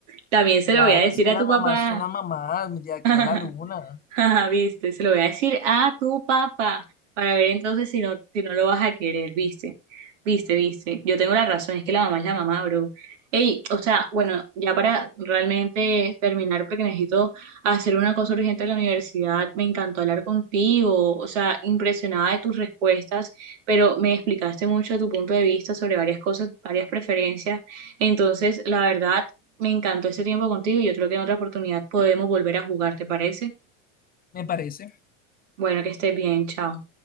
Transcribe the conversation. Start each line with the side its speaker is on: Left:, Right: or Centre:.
Right: También se
Left: Claro,
Right: lo voy a decir
Left: es que
Right: a
Left: las
Right: tu
Left: mamás
Right: papá.
Left: son las mamás de aquí
Right: <laughs>
Left: a la luna.
Right: <laughs> Ajá, viste, se lo voy a decir a tu papá para ver entonces si no, si no lo vas a querer, viste, viste, viste. Yo tengo la razón, es que la mamá es la mamá, bro. Ey, o sea, bueno, ya para realmente terminar, porque necesito hacer una cosa urgente en la universidad, me encantó hablar contigo, o sea, impresionada de tus respuestas, pero me explicaste mucho de tu punto de vista sobre varias cosas, varias preferencias. Entonces, la verdad, me encantó este tiempo contigo y yo creo que en otra oportunidad podemos volver a jugar, ¿te parece?
Left: Me parece
Right: Bueno, que estés bien, chao.